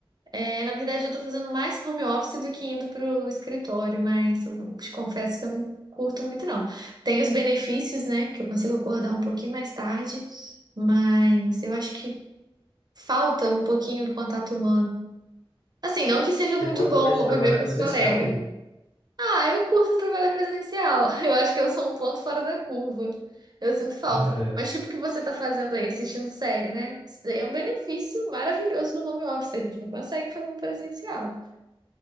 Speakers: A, on the right (about 50°); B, on the left (about 70°).
A: É, na verdade, eu tô fazendo mais home office do que indo pro escritório, mas eu te confesso que eu não curto muito, não. Tem os benefícios, né, que eu consigo acordar um pouquinho mais tarde, mas eu acho que falta um pouquinho do contato humano. Assim, não que seja muito
B: Você gosta
A: bom
B: mais
A: conviver
B: de trabalhar
A: com
B: presencial?
A: os colegas, Ah, eu curto trabalhar presencial. <laughs> Eu acho que eu sou um ponto fora da curva. Eu sinto falta.
B: É,
A: Mas tipo o que você tá fazendo aí, assistindo série, né? Isso daí é um benefício maravilhoso do home office. A gente não consegue fazer no presencial.